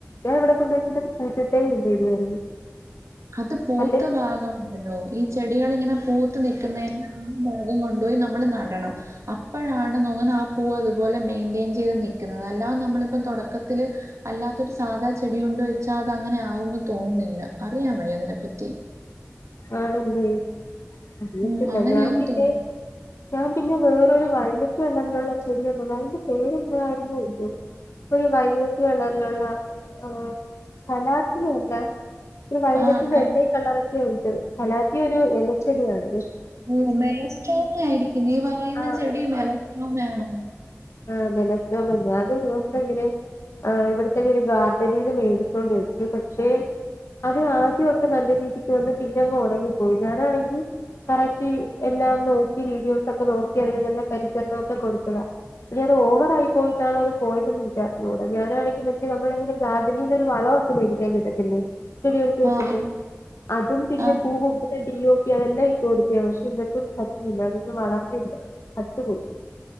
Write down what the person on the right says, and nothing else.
അത് പൂത്ത
ഭാഗംഉണ്ടല്ലോ ഈ ചെടികളിങ്ങനെ പൂത്ത് നൽക്കുന്നതിന്റെ ആ ഭാഗം കൊണ്ടുപോയി നമ്മൾ നടണം അപ്പോഴാണന്നോന്നാണ് ആ പൂ അതുപോ ലെ മെയ്ന്റെയന് ചെയ്ത് നിക്ക്ന്നത് അല്ലാതെ നമ്മളിപ്പ തുടക്കത്തില് അല്ലാത്ത ഒരു സാധാ ചെടി കൊണ്ട് വെച്ചാ അ അത് അങ്ങനെ ആകൂന്ന് തോന്നുന്നില്ല അറിയാമോ അതിനെപ്പറ്റി
ഉം അങ്ങനെയാന്ന്
തോന്നുന്നു.
ആഹ് ക
ഓ മെലസ്ട്രോങ് ആയിരിക്കും നീ പറയുന്ന
ചെടി മെലസ്ടോങ് ആണോ
ആഹ്
ആഹ്
കിട്ടും